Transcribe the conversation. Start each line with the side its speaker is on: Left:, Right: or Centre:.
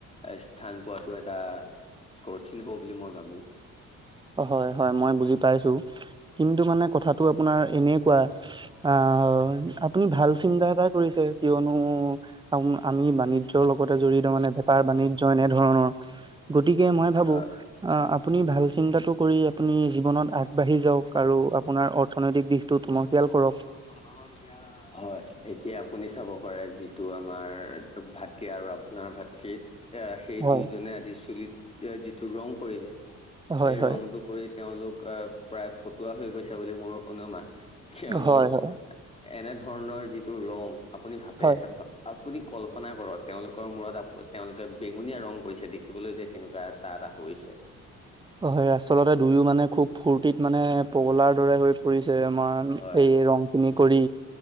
Left: এ স্থান পোৱাতো এটা কঠিন হব বুলি মই ভাবো
Right: হয় হয় মই বুজি পাইছো কিন্তু মানে কথাত টো আপোনাৰ এনেকুৱা আহ আপুনি ভাল চিন্তা এটাই কৰিছে কিয়নো আম আমি বাণিজ্যয়ৰ লগতে জড়িত মানে বেপাৰ বাণিজ্য এনে ধৰণৰ গতিকে মই ভাবো
Left: হয়।
Right: আহ আপুনি ভাল চিন্তাটো কৰি আপুনি জীৱনত আগবাঢ়ি যাওক আৰু আপোনাৰ অৰ্থনৈতিক দিশটো টনকিয়াল কৰক
Left: তহঁতৰ ঘৰত এতিয়া হয় এতিয়া আপুনি চাব পাৰে যিটো আমাৰ ভাতৃ আৰু আপোনাৰ ভাতৃৃত এয়া সেই
Right: হয়
Left: দুইজনে আজি চুলিত এ যিটো ৰং কৰিলে
Right: হয়
Left: সেই
Right: হয়
Left: ৰংটো কৰি তেওঁলোক আহ প্ৰায় ফটুৱা হৈ গৈছে বুলি মোৰ অনুমান কিয়নো
Right: হয় হয়
Left: এনে ধৰণৰ যিটো ৰং আপুনি ভাবে
Right: হয়
Left: এ বা আপুনি কল্পনা কৰক তেওঁলোকৰ মূৰত আপ তেওঁলোকে বেঙুনীয়া ৰং কৰিছে দেখিবলৈ যে কেনুকুৱা এটা এটা হৈছে
Right: হয় আচলতে দুয়ো মানে খুব ফূৰ্তিত মানে পগলাৰ দৰে হৈ পৰিছে আমাৰ
Left: হয়
Right: এই ৰং খিনি কৰি